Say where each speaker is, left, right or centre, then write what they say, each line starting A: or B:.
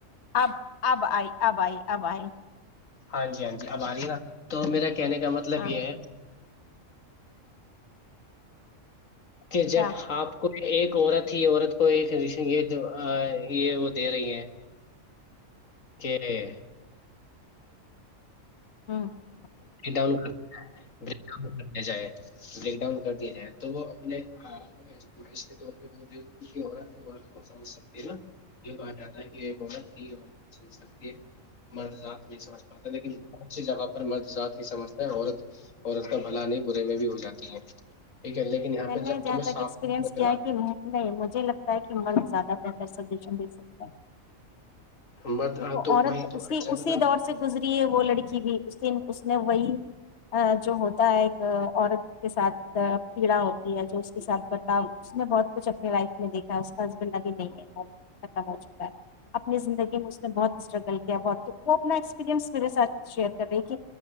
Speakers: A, on the left; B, on the left.
A: اب اب آئی <unintelligible> ابھائی ابھائی <unintelligible>
B: ہاں جی ہاں ج اب آ رہی نا تو میرا کہنے کا مطلب
A: ہاں
B: یہ ہے کہ جب
A: کیا
B: آپ کو <unintelligible> ایک عورت ہی عورت کو ایک یہ یہ وہ دے رہی ہے کہ <unintelligible>
A: ہاں <unintelligible>
B: ب ڈاؤن ڈ <unintelligible> جائے بیک ڈاؤن کر دیا جائے تو وہ اپنے امائش کے ط کیتور کو سمجھ سکتی ہے نا یہ کہا جاتا ہے کہ ایک عت سمجھ سکتی ہے مردات نہیں سمجھ پاتا لیکن اچھی جگہ پر مرضات <unintelligible> سمجھتا ہے عت عورت کا بھلا نہیں برے میں بھی ہو جاتی ہے ٹھیک ہے لیکن یہاں
A: میں
B: پہ
A: نے
B: جب
A: جہاں
B: تمہیں
A: تک
B: صاف
A: ایکسپیرئنس
B: نظر
A: کیا
B: آ
A: کہ نہیں مجھے لگتا ہے کہ من زیادہ بہتر سجیشن دے سکتا ہے <unintelligible>
B: مرد
A: دیک
B: آ،
A: عورت
B: تو وہی تو
A: اسی
B: چلو
A: اسی
B: میں
A: دور سے گزری ہے وہول لڑکی بھی اس د اس نے وہی جو ہوتا ہے ایک عورت کے ساتھ پیڑا ہوتی ہے جو اس کے ساتھ بتا اس نے بہت کچھ اپنے لائف میں دیکھا اس کا ہسبینڈ ابھی نہیں ہے وہ ختم ہو چکا ہے اپنی زندگی میں اس نے بہت اسٹرگل کیا بہت تو وہ اپنا ایکسپیرئنس میرے ساتھ شیئر کر رہی کہ